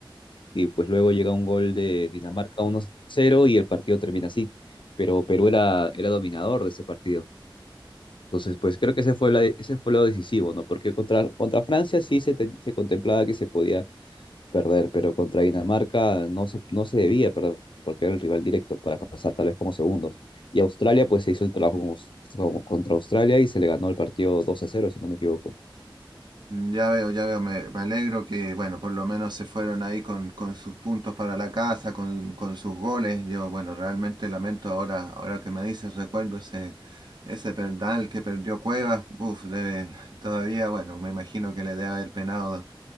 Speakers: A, on the left (about 65°); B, on the right (about 55°).
A: y pues luego llega un gol de Dinamarca uno cero y el partido termina así. Pero Perú era, era dominador de ese partido. Entonces, pues creo que ese fue, la, ese fue lo decisivo, ¿no? Porque contra, contra Francia sí se, te- se contemplaba que se podía perder, pero contra Dinamarca no se, no se debía perder porque era el rival directo para pasar tal vez como segundos. Y Australia pues se hizo el trabajo como- como- contra Australia y se le ganó el partido 2 a 0, si no me equivoco.
B: Mm, Ya veo, ya veo, me, me alegro que, bueno, por lo menos se fueron ahí con, con sus puntos para la casa, con, con sus goles. Yo, bueno, realmente lamento ahora, ahora que me dices, recuerdo ese, ese penal que perdió Cuevas. Uf, debe, todavía, bueno, me imagino que le debe haber penado